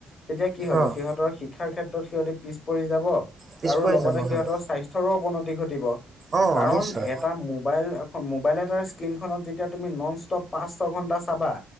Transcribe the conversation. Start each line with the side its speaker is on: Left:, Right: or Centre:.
Left: তেতিয়া কি হ'ব
Right: অ',
Left: সিহঁতৰ শিক্ষাৰ ক্ষেত্ৰত! সিহঁতে পিছ পৰি যাব
Right: পিছ
Left: আৰু
Right: পৰি
Left: লগতে
Right: যাব হয়।
Left: স্বাস্থ্যতৰো অবনতি ঘটিব।
Right: অ',
Left: কাৰণ
Right: নিশ্চয়
Left: এটা মোবাইল মোবাইল এটাৰ স্ক্ৰীনখনত যেতিয়া তুমি নন ষ্টপ পাঁচ ছ ঘন্টা চাবা!